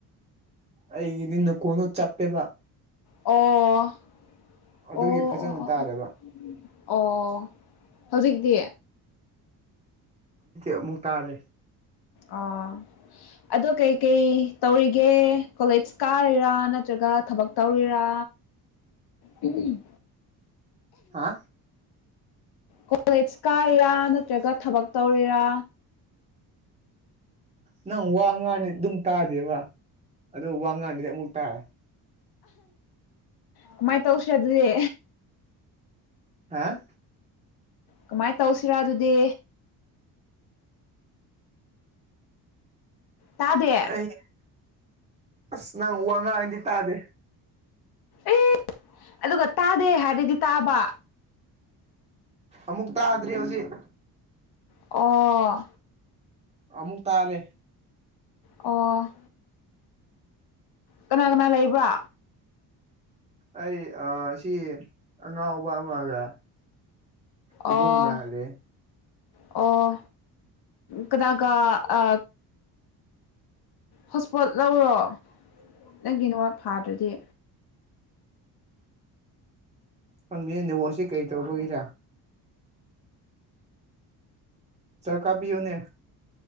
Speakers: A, on the right; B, on the left.
A: ꯑꯩꯒꯤꯗꯤ ꯅꯈꯣꯟꯗꯣ ꯆꯞꯄꯦꯕ
B: ꯑꯣ
A: ꯑꯗꯨꯒꯤ
B: ꯑꯣ
A: ꯐꯖꯅ
B: ꯑꯣ
A: ꯇꯥꯗꯕ
B: ꯑꯣ ꯍꯧꯖꯤꯛꯇꯤ
A: ꯑꯃꯨꯛ ꯇꯥꯔꯦ
B: ꯑꯣ ꯑꯗꯣ ꯀꯩ ꯀꯩ ꯇꯧꯔꯤꯒꯦ ꯀꯣꯂꯦꯖ ꯀꯥꯔꯤꯔꯥ ꯅꯠꯇ꯭ꯔꯒ ꯊꯕꯛ ꯇꯧꯔꯤꯔꯥ
A: <unintelligible> <unintelligible>
B: ꯎꯝ
A: ꯍꯥ
B: ꯀꯣꯂꯦꯖ ꯀꯥꯔꯤꯔꯥ ꯅꯠꯇ꯭ꯔꯒ ꯊꯕꯛ ꯇꯧꯔꯤꯔꯥ
A: ꯅꯪ ꯋꯥ ꯉꯥꯡꯉꯗꯤ ꯑꯗꯨꯝ ꯇꯥꯗꯦꯕ ꯑꯗꯨ ꯋꯥ ꯉꯥꯡꯗ꯭ꯔꯗꯤ ꯑꯃꯨꯛ ꯇꯥꯌꯦ
B: ꯀꯃꯥꯏ ꯇꯧꯁꯦꯔꯥ ꯑꯗꯨꯗꯤ
A: ꯑꯍ
B: ꯀꯃꯥꯏ ꯇꯧꯁꯤꯔꯥ ꯑꯗꯨꯗꯤ ꯇꯥꯗꯦ
A: ꯑꯩ ꯑꯁ ꯅꯪ ꯋꯥ ꯉꯥꯡꯗꯤ ꯇꯥꯗꯦ
B: ꯑꯦ ꯑꯗꯨꯒ ꯇꯥꯗꯦ ꯍꯥꯏꯔꯗꯤ ꯇꯥꯕ
A: ꯑꯃꯨꯛ ꯇꯥꯗ꯭ꯔꯦ ꯍꯧꯖꯤꯛ
B: ꯑꯣ
A: ꯑꯃꯨꯛ ꯇꯥꯔꯦ
B: ꯑꯣ ꯀꯅꯥ ꯀꯅꯥ ꯂꯩꯕ꯭ꯔꯥ
A: ꯑꯩ ꯑꯁꯤ ꯑꯉꯥꯎꯕ ꯑꯃꯒ ꯏꯕꯨꯡꯒ
B: ꯑꯣ
A: ꯂꯩ
B: ꯑꯣ ꯀꯅꯥꯒ ꯑ ꯍꯣꯁꯄꯣꯠ ꯂꯧꯔꯣ ꯅꯪꯒꯤꯗꯃꯛ ꯐꯗ꯭ꯔꯗꯤ
A: ꯅꯪ ꯅꯦꯠꯋꯔꯛꯁꯤ ꯀꯔꯤ ꯇꯧꯕꯒꯤꯔꯥ ꯀꯥꯞꯕꯤꯌꯣꯅꯦ